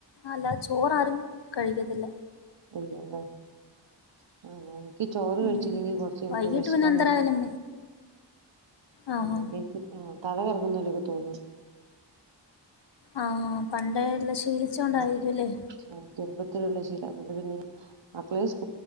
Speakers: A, on the left; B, on the right.
A: അല്ല ചോറാരും കഴിക്കത്തില്ല
B: ഇല്ലല്ലേ <unintelligible> എനിക്ക് ചോറ് കഴിച്ചില്ലെങ്കിൽ
A: ഉം
B: കുറച്ച്
A: വൈകിട്ട്
B: വിശക്കാൻ
A: പിന്നെ എന്തരായാലും
B: നോക്കും
A: ആഹ്
B: ഉം എനിക്ക് ആ തല കറങ്ങുന്നോലക്കെ തോന്നും
A: ആഹ് പണ്ടേ എല്ലാം ശീലിച്ച കൊണ്ടായിരിക്കും
B: ഉം
A: ഇല്ലേ
B: ഉം ചെറുപ്പത്തിലുള്ള ശീല അത് കൊണ്ട് പിന്നെ <unintelligible>